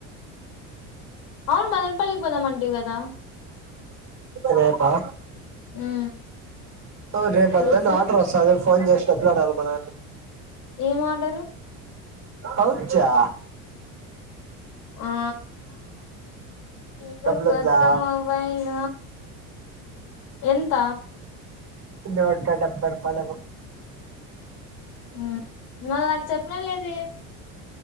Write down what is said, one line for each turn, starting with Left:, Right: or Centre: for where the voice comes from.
Left: అవును మదనపల్లికి పోందామంటివి కదా
Right: రేపా
Left: మ్మ్
Right: ఓ రేపు బద్దన్నే
Left: చూద్దాం
Right: ఆడర్ వస్తాంది ఫోన్ చేస్ డబ్బులు అడగాల మానాయన్ని
Left: ఏం ఆర్డరు
Right: పౌచా
Left: ఆ ఉమ్
Right: డబ్బులుందా
Left: కొత్త మొబైల్ ఎంత
Right: నూట డెబ్బై రూపాయలు ఏమో
Left: ఉమ్ మరి అది చెప్పనే లేదే